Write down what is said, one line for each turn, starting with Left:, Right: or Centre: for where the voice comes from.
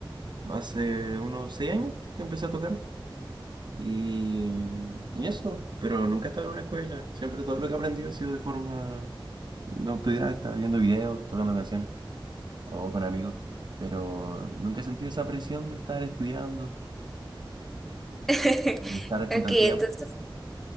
Right: hace unos seis años que empecé a tocar y, y eso, pero nunca he estado en una escuela, siempre todo lo que he aprendido ha sido de forma de autodidacta, viendo videos, tocando canciones o con amigos. Pero nunca he sentido esa presión de estar estudiando,
Centre: <laughs>
Right: de estar contra
Centre: Ok,
Right: el
Centre: entonces
Right: tiempo.